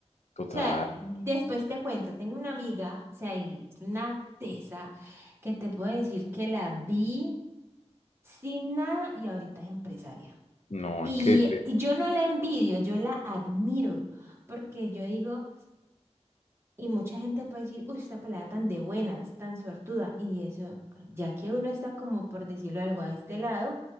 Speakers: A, on the left; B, on the right.
A: Total.
B: O sea, después te cuento, tengo una amiga, o sea, y es una tesa que te puedo decir que la vi sin nada y ahorita es empresaria.
A: No,
B: Y,
A: es que
B: y yo no la envidio, yo la admiro, porque yo digo, y mucha gente puede decir, uy, esta pelada tan de buenas, tan suertuda, y eso, ya que uno está como por decirlo algo a este lado,